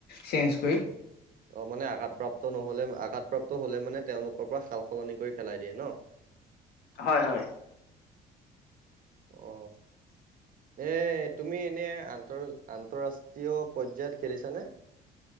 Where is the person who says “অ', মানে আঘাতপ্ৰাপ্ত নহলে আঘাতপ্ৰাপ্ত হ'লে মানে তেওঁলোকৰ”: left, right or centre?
Right